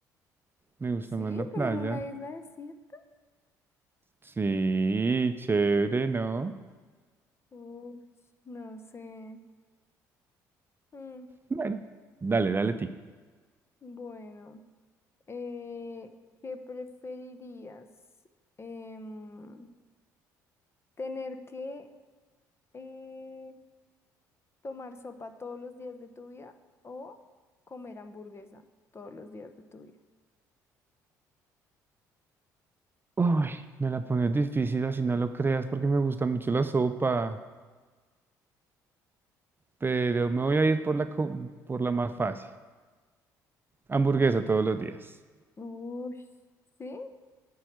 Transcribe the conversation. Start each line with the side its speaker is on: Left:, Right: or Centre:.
Right: Me gusta
Left: Sí,
Right: más la playa.
Left: pero en una isla desierta.
Right: Sí, chévere, ¿no?
Left: Uy, no sé. Mm,
Right: Bueno, dale, dale a ti.
Left: bueno, eh, ¿qué preferirías? Em, ¿tener que eh, tomar sopa todos los días de tu vida o comer hamburguesa todos los días de tu vida?
Right: Uy, me la pones difícil, así no lo creas, porque me gusta mucho la sopa, pero me voy a ir por la, co- por la más fácil. Hamburguesa todos los días.
Left: Uy, sí,